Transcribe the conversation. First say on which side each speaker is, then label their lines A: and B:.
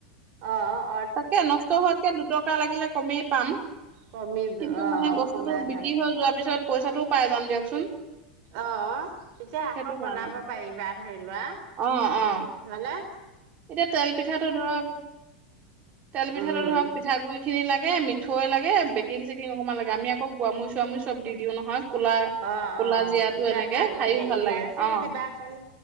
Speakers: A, on the right (about 50°); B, on the right (about 35°).
A: অহ ',
B: তাকে নষ্ট হোৱাতকে দুটকা লাগিলে কমেই পাম।
A: কমি
B: কিন্তু
A: অ
B: মানে বস্তুতো
A: কমাই
B: বিক্ৰী
A: ভাল
B: হৈ যোৱাৰ পিছত পইচাটো পাই। যাম দিয়কচোন।
A: অহ ', তেতিয়া
B: সেইটো
A: আকৌ
B: কাৰণে
A: বনাব পাৰিবা ধৰি লোৱা
B: অ অ
A: হলে।
B: এতিয়া তেল পিঠাটো ধৰক তেল পিঠাটো
A: উম
B: ধৰক পিঠাগুৰি। খিনি লাগে মিঠৈ লাগে বেকিং চেকিং অকমান লাগে আমি আকৌ গোৱামুৰি চোৱামুৰি চব দিওঁ নহয়। ক'লা
A: অহ ',-
B: ক'লা
A: অহ
B: জিৰাটো
A: ', তেতিয়া
B: এনেকে
A: ভাল
B: খায়ো
A: লাগে
B: ভাল
A: ইলাইচি
B: অ',
A: দিবাচোন।